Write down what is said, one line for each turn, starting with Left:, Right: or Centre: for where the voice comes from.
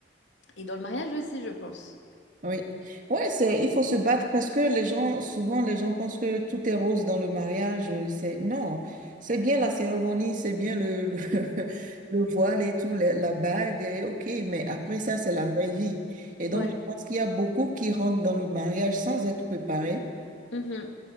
Left: et dans le mariage aussi, je pense.
Right: Oui, ouais, c'est, il faut se battre parce que les gens, souvent, les gens pensent que tout est rose dans le mariage. euh, C'est, non, c'est bien la cérémonie, c'est bien le, le, <laughs> le voile et tout, la, la bague, et ok, mais après ça, c'est la vraie vie. Et
Left: Ouais.
Right: donc, je pense qu'il y a beaucoup qui rentrent dans le mariage sans être préparés.
Left: Mhm.